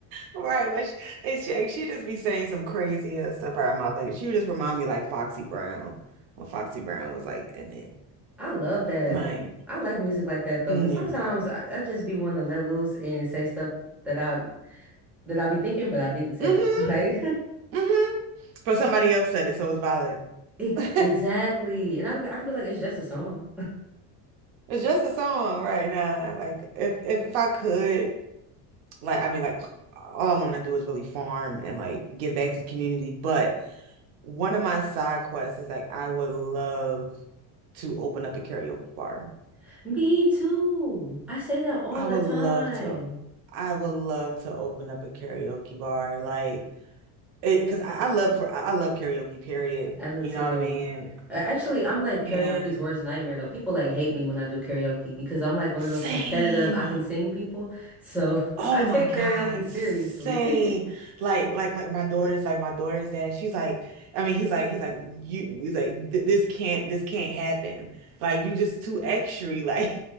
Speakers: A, on the right; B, in the centre.
A: Right, but she, and she, like, she just be saying some crazy ass stuff out her mouth. Like she would just remind me like Foxy Brown when Foxy Brown was like in it.
B: <laughs> I love that.
A: Like,
B: I like music like that though,
A: mm,
B: because sometimes
A: yeah.
B: I, I just be wanting to let loose and say stuff that I that I be thinking but I didn't say.
A: Mm-hmm.
B: <laughs> Like
A: Mm-hmm. But somebody else said it, so it's valid.
B: <laughs>
A: <laughs>
B: e- exactly. And I, be- I could be like, it's just a song.
A: It's just a song right now. Like if if if I could, like I mean, like all I want to do is really farm and like give back to the community. But one of my side quests is like I would love to open up a karaoke bar.
B: <laughs> Me too. I say that all
A: I
B: the
A: would
B: time.
A: love to, I would love to open up a karaoke bar, like it, because I, I love for I I love karaoke, period.
B: I do
A: You
B: too.
A: know what I mean?
B: Uh, Actually, I'm like
A: And
B: karaoke's worst nightmare though. People like hate me when I do karaoke because I'm like one
A: same.
B: of those competitive, I can sing people. So <laughs>
A: Oh
B: I take
A: my
B: karaoke
A: God,
B: seriously.
A: same.
B: <laughs>
A: Like, like, like my daughter's like my daughter's dad. She's like, I mean, he's like, he's like, you, he's like, "Th- this can't, this can't happen. Like, you just too extra. Like,